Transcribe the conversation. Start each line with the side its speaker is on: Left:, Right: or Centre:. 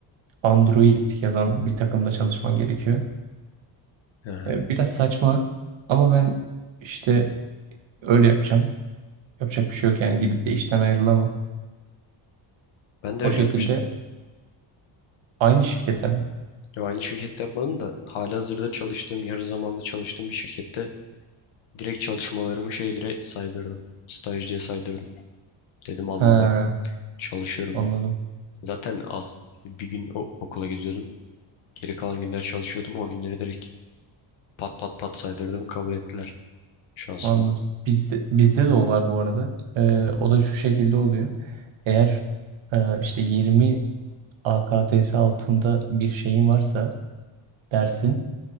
Right: Android yazan bir takımda çalışman gerekiyor.
Left: Aha.
Right: E, Biraz saçma ama ben işte öyle yapacağım. Yapacak bir şey yok yani gidip de işten ayrılamam.
Left: Ben de
Right: O
Left: öyle
Right: şekilde
Left: yapmıştım.
Right: aynı şirketten mi?
Left: Ya aynı şirkette yapmadım da halihazırda çalıştığım, yarı zamanlı çalıştığım bir şirkette direkt çalışmalarımı şey dire saydırdım. Staj diye saydırdım. Dedim alın
Right: He,
Left: bak çalışıyorum
Right: anladım.
Left: ben. Zaten az bir gün o- okula gidiyordum. Geri kalan günler çalışıyordum. O günleri direkt pat pat pat saydırdım. Kabul ettiler şansıma.
Right: Anladım. Bizde, bizde de o var bu arada. Ee, o da şu şekilde oluyor. Eğer e, işte 20 AKTS altında bir şeyin varsa dersin,